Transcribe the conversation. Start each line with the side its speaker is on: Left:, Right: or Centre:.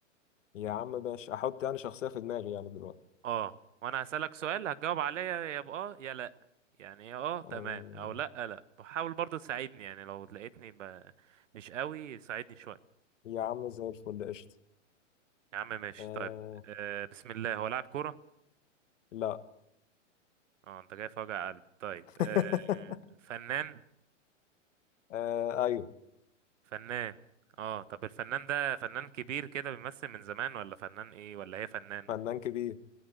Left: يا عم ماشي احط يعني شخصية في دماغي يعني دلوقتي
Right: اه وانا هسألك سؤال هتجاوب عليا يا بآه يا لا يعني يا اه تمام
Left: آه
Right: او لا لا بحاول برضو تساعدني يعني لو لقيتني ب... مش قوي ساعدني شوية
Left: يا عم زي الفل قشطة
Right: يا عم ماشي
Left: آه
Right: طيب آه بسم الله هو لاعب كورة
Left: لا
Right: اه انت جاي في وجع قلب طيب
Left: <laughs>
Right: آه فنان
Left: آه ايوه
Right: فنان اه طب الفنان ده فنان كبير كده بيمثل من زمان ولا فنان ايه ولا هي فنانة
Left: فنان كبير